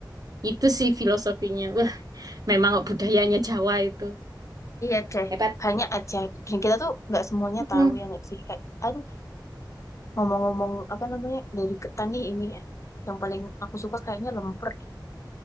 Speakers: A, on the right; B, on the left.
A: itu sih filosofinya. Wah, memang budayanya Jawa itu
B: Iya deh,
A: hebat.
B: banyak aja. Dan kita tuh nggak semuanya tahu
A: Hmm.
B: ya nggak sih. Kayak, aduh, ngomong-ngomong apa namanya dari ketan nih ini ya. Yang paling aku suka kayaknya lemper.